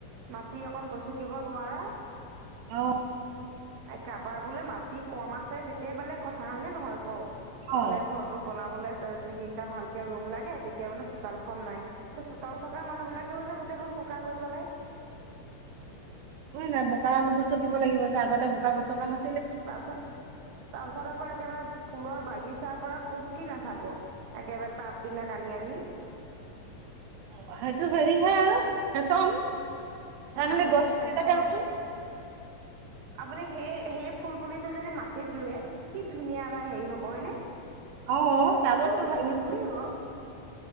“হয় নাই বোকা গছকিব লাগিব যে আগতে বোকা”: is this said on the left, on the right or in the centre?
Right